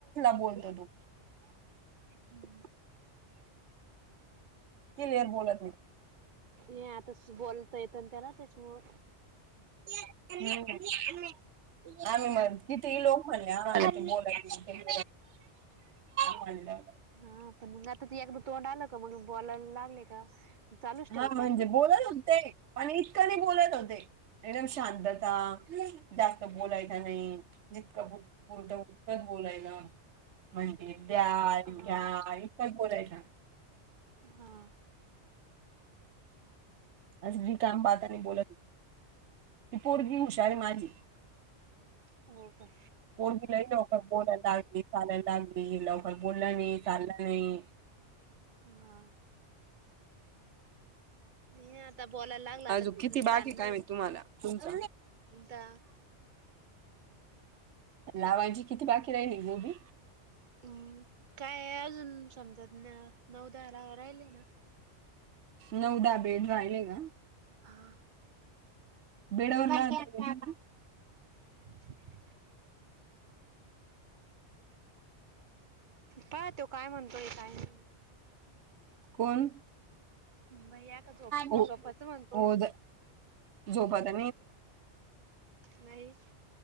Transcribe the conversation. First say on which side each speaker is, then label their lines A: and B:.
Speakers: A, on the right (about 75°); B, on the right (about 45°).
A: बोलतो तो
B: हम्म
A: क्लिअर बोलत नाही
B: हे आता बोलता येत ना त्याला त्याच्यामुळं
A: <unintelligible> आम्ही म्हण कितीही लोक म्हणे आम्हाला ते बोला आम्ही म्हणलं
B: हा पण मग आता ते एक तोंड आलं का मग बोलायला लागले का? चालूच ठेवत्या
A: हा म्हणजे
B: ना
A: बोलत होते पण इतक नाही बोलत होते. एकदम शांत बसा जास्त बोलायचा नाही. जितका पुर्त उत्तर बोलायला. म्हणजे द्या
B: हा
A: घ्या इतकच बोलायचं
B: हा
A: आज वी काम पाहात आणि बोलत नाही. ती पोरगी हुशार आहे माझी
B: हो का
A: कोणवीला लवकर बोलायला लागली चालायला लागली लवकर बोलला नाही चाललं नाही.
B: हा...... हे आता बोलायला लागला आता
A: अजू किती बाकी
B: ताणलंय
A: काय तुम्ही
B: ना
A: तुम्हाला तुमच
B: एकदा
A: लावायची किती बाकी राहिली गोभी?
B: हम्म काय अजून समजतना हो नऊ दहा राहिलेय ना
A: नऊ दहा नबे राहिले ग
B: हा..
A: बेडवर हातरायच <unintelligible>
B: <unintelligible> पाह तो काय म्हणतोय काय नाही?
A: कोण?
B: भैया का झोप
A: हो.
B: झोपाच म्हणतो
A: झोप आता.
B: नाही